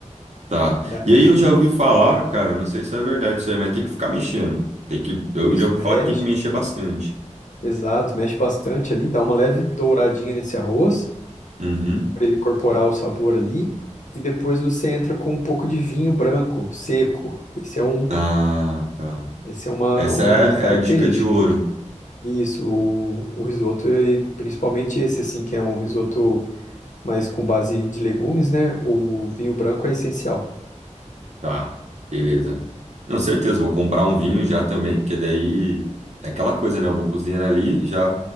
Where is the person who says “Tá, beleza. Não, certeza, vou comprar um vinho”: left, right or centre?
Right